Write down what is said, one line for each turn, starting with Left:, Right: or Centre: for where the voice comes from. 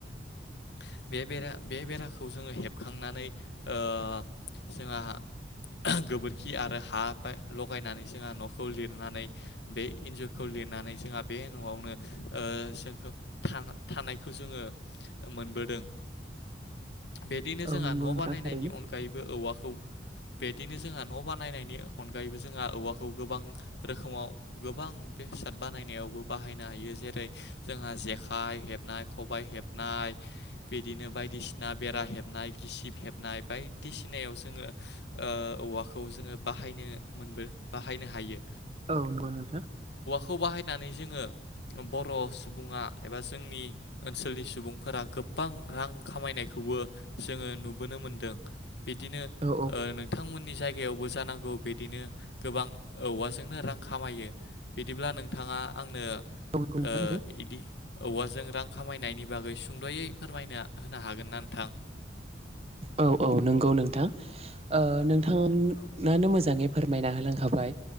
Left: <inaudible> बे बेरा बे बेराखौ जोङो हेबखांनानै ओ जोंहा गोबोरखि आरो हा लगायनानै जोंहा न'खौ लिरनानै बे इन्जुरखौ लिरनानै जोंहा बे न'आवनो ओ जोंखौ था थानायखौ जोङो मोनबोदों। बिदिनो
Right: औ
Left: जोंहा
Right: नंगौ
Left: न'
Right: नोंथां
Left: बानायनायनि
Right: थारैनो
Left: अनगायैबो औवाखौ बेदिनो जोंहा न' बानायनायनि अनगायैबो जोंहा औवाखौ गोबां रोखोमाव गोबां बेसाद बानायनायावबो बाहायनो हायो जेरै जोंहा जेखाइ हेबनाय खबाइ हेबनाय बिदिनो बायदिसिना बेरा हेबनाय गिसिब हेबनाय बायदिसिनायाव जोङो ओ औवाखौ जोङो बाहाय नो मोनबो बाहायनो हायो
Right: औ नंगौ नोंथां
Left: खौ बाहायनानै जोङो बर' सुबुङा एबा जोंनि ओनसोलनि सुबुंफोरा गोबां रां खामायनायखौबो जोङो नुबोनो मोनदों। बिदिनो
Right: औ
Left: ओ बिथांमोननि जायगायावबो जानांगौ बिदिनो गोबां औवाजोंनो रां खामायो बिदिब्ला नोंथाङा आंनो
Right: औ नंगौ नोंथां
Left: ओ
Right: आरो
Left: इदि औवाजों रां खामायनायनि बागै सुंद'यै फोरमायना होनो हागोन ना नोंथां?
Right: औ औ नंगौ नोंथां ओ नों <unintelligible>
Left: औ
Right: नानो मोजाङै फोरमायना होलांखाबाय